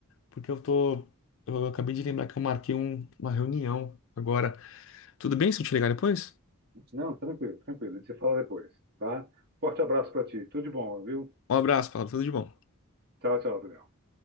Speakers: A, on the left (about 65°); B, on the right (about 50°).
A: porque eu tô. Eu acabei de lembrar que eu marquei um- uma reunião agora. Tudo bem se eu te ligar depois?
B: Não, tranquilo, tranquilo. A gente se fala depois, tá? Forte abraço para ti. Tudo de bom, viu?
A: Um abraço, Paulo. Tudo de bom.
B: Tchau, tchau, Daniel.